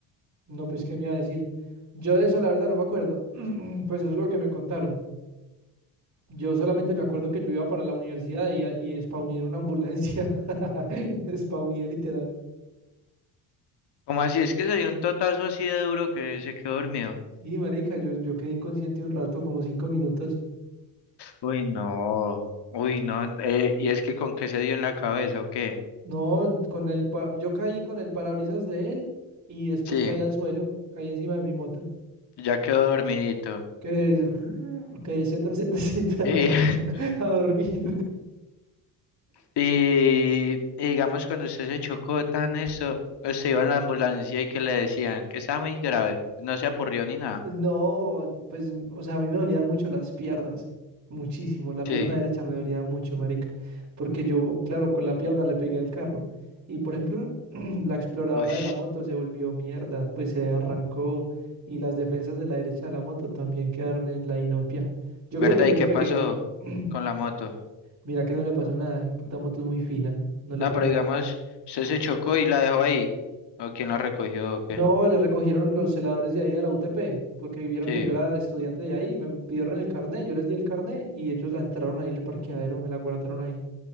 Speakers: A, on the right (about 35°); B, on the left (about 60°).
A: No, pues, ¿qué me iba a decir? Yo de eso, la verdad, no me acuerdo. <clears throat> Pues eso es lo que me contaron. Yo solamente me acuerdo que yo iba para la universidad y, y spawné en una ambulancia. <laughs> Spawné literal.
B: ¿Cómo así? Es que se dio un totazo así de duro que se quedó dormido.
A: Sí, marica, yo, yo quedé inconsciente un rato, como cinco minutos.
B: Uy, no, uy, no, eh, y es que con qué se dio en la cabeza o qué.
A: No, con el pa- yo caí con el parabrisas de él y después
B: Sí,
A: caí al suelo, caí encima de mi moto.
B: ya quedó dormidito.
A: Quedé, <laughs> quedé ZZZ <laughs>
B: Y, <laughs>
A: a dormir.
B: y, y digamos, cuando usted se chocó tan eso, usted iba en la ambulancia y que le decían que está muy grave, no se apurrió ni nada.
A: No, pues, o sea, a mí me dolían mucho las piernas, muchísimo. La
B: Sí,
A: pierna derecha me dolía mucho, marica, porque yo, claro, con la pierna le pegué al carro. Y por ejemplo, <clears throat> la exploradora
B: uy,
A: de la moto se volvió mierda, pues se arrancó y las defensas de la derecha de la moto también quedaron en la inopia. Yo creo
B: ¿verdad?
A: que yo
B: ¿Y
A: le
B: qué
A: pegué,
B: pasó
A: <clears throat>
B: con la moto?
A: mira que no le pasó nada, hijo de puta moto es muy fina, no le
B: No,
A: pasó
B: pero digamos, usted se chocó y la dejó ahí, o quién la recogió o qué.
A: No, le recogieron los celadores de ahí de la UTP, porque vieron
B: Sí,
A: que yo era estudiante de ahí, me pidieron el carnet, yo les di el carnet y ellos la entraron ahí en el parqueadero, me la guardaron ahí.